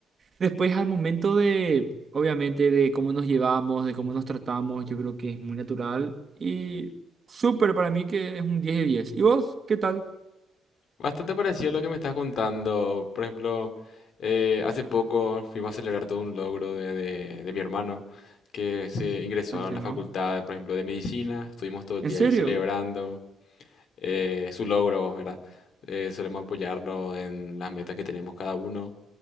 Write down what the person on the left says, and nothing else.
bastante parecido a lo que me estás contando. Por ejemplo, eh, hace poco fuimos a celebrar todo un logro de, de- de mi hermano que se ingresó
a la facultad, por ejemplo, de medicina. Estuvimos todo el
día
ahí celebrando eh, su logro, ¿verdad? Eh, solemos apoyarnos en las metas que tenemos cada uno.